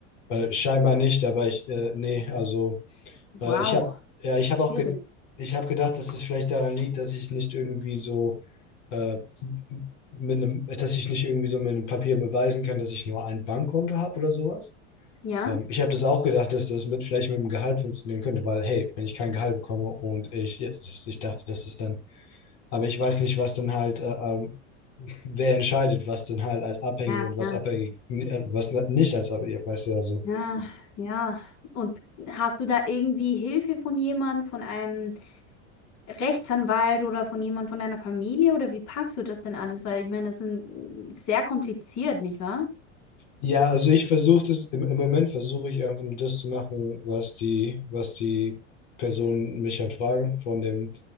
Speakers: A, on the left; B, on the left.
A: Äh, scheinbar nicht, aber ich, äh, nee, also
B: Wow.
A: äh, ich habe, ja, ich habe
B: Schwierig.
A: auch, ge ich habe gedacht, dass es vielleicht daran liegt, dass ich nicht irgendwie so, äh, mit einem, dass ich nicht irgendwie so mit einem Papier beweisen kann, dass ich nur ein Bankkonto habe oder sowas.
B: Ja.
A: Ähm, ich habe das auch gedacht, dass das mit, vielleicht mit dem Gehalt funktionieren könnte, weil, hey, wenn ich kein Gehalt bekomme und ich, ich dachte, dass das dann Aber ich weiß nicht, was dann halt, äh, ähm, wer entscheidet, was dann halt als abhängig
B: Ja,
A: und
B: klar.
A: was abhängig, äh, was na- nicht als abhängig, weißt du, also.
B: Ja, ja. Und hast du da irgendwie Hilfe von jemand, von einem Rechtsanwalt oder von jemand von deiner Familie oder wie packst du das denn alles? Weil ich meine, das sind mm, sehr kompliziert, nicht wahr?
A: Ja, also ich versuche das, im, im Moment versuche ich einfach nur das zu machen, was die, was die Personen mich halt fragen von dem,